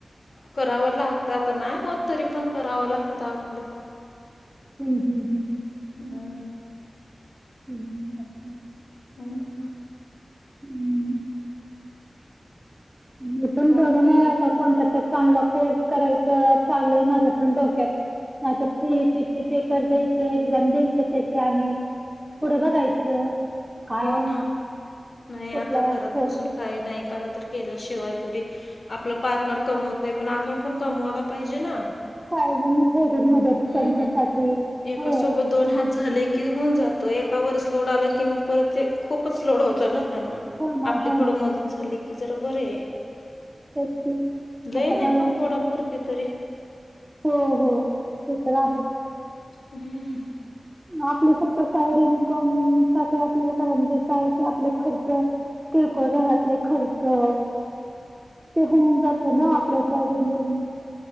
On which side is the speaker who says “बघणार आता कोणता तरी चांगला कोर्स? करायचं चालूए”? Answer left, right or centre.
Right